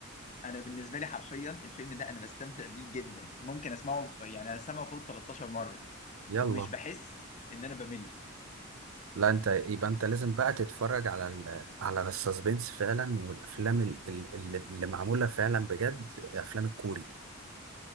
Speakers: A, on the left; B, on the right.
A: انا بالنسبه لي حرفيا الفيلم ده انا بستمتع بيه جدا ممكن اسمعه يعني اسمعه فوق 13 مره
B: يلا
A: ومش بحس ان انا بمل
B: لا انت يبقى انت لازم بقى تتفرج على ال على السسبنس فعلا والافلام ال- ال- ال- اللي معموله فعلا بجد افلام الكوري